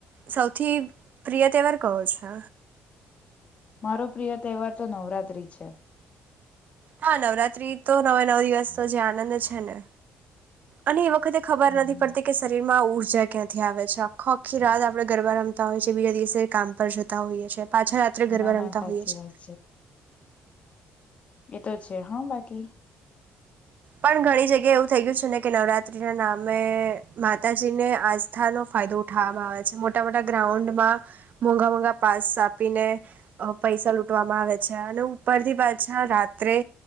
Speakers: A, on the right; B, on the left.
A: સૌ પ્રિય તહેવાર કયો છે.
B: મારો પ્રિય તહેવાર તો નવરાત્રિ છે.
A: હા નવરાત્રી તો નવે નવ દિવસ જ આનંદ છે ને અને એ વખતે ખબર
B: હમ.
A: નથી પડતી કે શરીરમાં ઊર્જા ક્યાંથી આવે છે આખો આખી રાત આપણેે ગરબા રમતા હોય છે બીજા દિવસે કામ પર જતા હોઈએ છે. પાછા રાત્રે ગરબા
B: ના
A: રમતા
B: ના સાચી
A: હોઈએ છે.
B: વાત એ તો છે હા બાકી
A: પણ ઘણી જગ જગ્યા એવું થઈ ગય છે ને કે નવરાત ના નામે માતાજીને આસ્થાનો ફાયદો ઉઠાવવામાં આવે છે મોટા મોટા ગ્રાઉન્ડમાં મોંઘા મોઘા પાસ આપ આપીને અ પૈસા લૂટવામાં આવે છે અને ઉપરથી પાછા રાત્રે